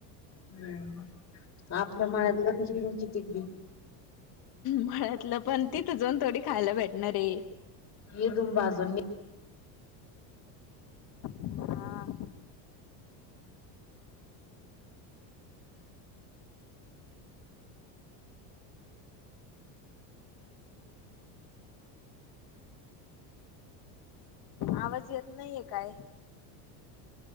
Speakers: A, on the left; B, on the left.
A: हम्, आपलं
B: हा
A: मळ्यात ग <unintelligible> कितीक बी
B: म्हळ्यातलं पण तिथ जाऊन थोडी खायला भेटणार आहे.
A: इदून भाजुन ने.
B: हा आवाज येत नाहीये काय?